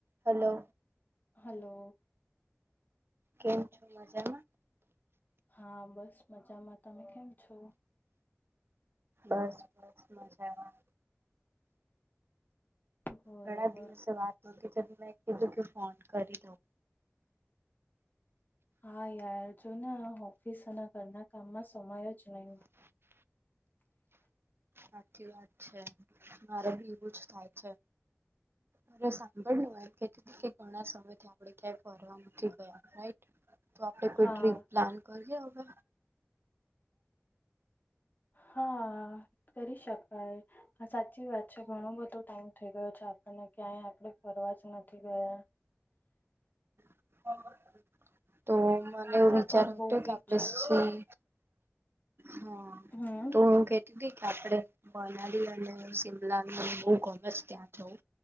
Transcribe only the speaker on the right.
hello
કેમ છો મજામાં?
બસ બસ મજામાં.
ઘણા દિવસે વાત નોતી કરી મે કીધું કે ફોન કરી લઉ.
હાચ્ચી વાત છે. મારે બી એવું જ થાય છે. અરે! સાંભળને હું એમ કેતીતી કે ઘણા સમયથી આપડે ક્યાંય ફરવા નથી ગયા. રાઈટ? તો આપણે કોઈ
ટ્રીપ પ્લાન કરીએ હવે?
<inaudible> તો મને એવો વિચાર
હતો
કે
આપણે સી
હા.
તો હું કેતીતી કે આપડે મનાલી અને સિમલા મને બહુ ગમે છે ત્યાં જવું.